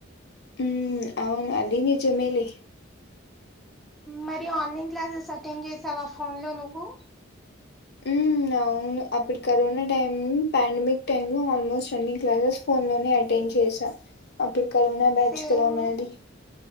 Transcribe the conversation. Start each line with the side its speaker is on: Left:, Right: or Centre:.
Left: ఉం అవును అది నిజమేలే
Centre: మరి ఆన్లైన్ క్లాసెస్ అటెండ్ చేసావా ఆ ఫోన్ లో నువ్వు
Left: ఊ అవు అప్పుడు కరోనా టైమ్ పాండమిక్ టైమ్ లో ఆల్మోస్ట్ రన్నింగ్ క్లాసెస్ ఫోన్ లోనే టెన్ చేసా అప్పుడు కరోనా బేచుకద
Centre: సేమ్
Left: మాది